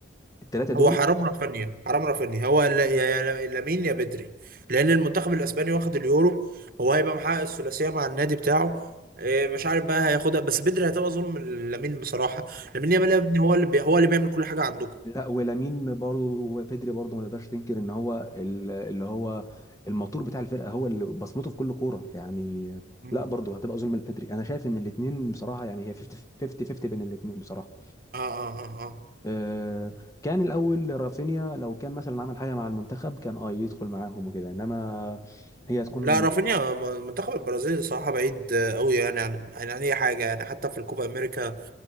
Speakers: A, on the left; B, on the right.
A: الثلاثة دول
B: هو حرام رافينيا حرام رافينيا هو لا- يا يا لامين يا بدري لان المنتخب الاسباني واخد اليورو هو هيبقى محقق الثلاثيه مع النادي بتاعه إيه، مش عارف بقى هياخدها بس بدري هتبقى ظلم لامين بصراحه لامين يامال يا ابني هو اللي بي- هو اللي بيعمل كل حاجه عندكم
A: لا ولامين برضه وبيدري برضه ما تقدرش تنكر ان هو ال- اللي هو الموتور بتاع الفرقه هو اللي بصمته في كل كوره يعني
B: مم.
A: لا برضه هتبقى ظلم لبيدري انا شايف ان الاثنين بصراحه يعني هي 50 50 50 بين الاثنين بصراحه
B: اه اه اه اه
A: أه كان الاول رافينيا لو كان مثلا عمل حاجه مع المنتخب كان اه يدخل معاهم وكده انما
B: مم.
A: هي هتكون
B: لا رافينيا م- منتخب البرازيل صراحه بعيد قوي يعني عن عن اي حاجه يعني حتى في الكوبا امريكا